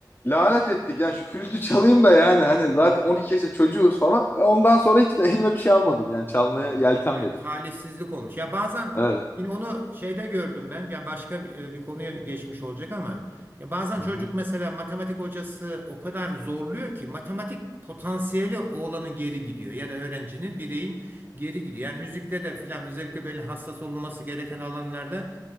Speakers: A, on the left; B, on the right.
A: lanet ettik yani şu flütü çalayım da yani hani zaten
B: ya.
A: 12 yaşında çocuğuz falan. E, Ondan sonra hiç de elime bir şey almadım yani çalmaya
B: Hmm.
A: yeltenmedim
B: Evet, talihsizlik
A: yani.
B: olmuş. Ya bazen
A: Evet.
B: yine onu şeyde gördüm ben. Ya başka bir, e, bir konuya geçmiş olacak ama ya bazen
A: Hı
B: çocuk
A: hı.
B: mesela matematik hocası o kadar zorluyor ki matematik potansiyeli oğlanın geri gidiyor ya da öğrencinin bireyin geri gidiyor. Yani müzikte de filan özellikle böyle hassas olunması gereken alanlarda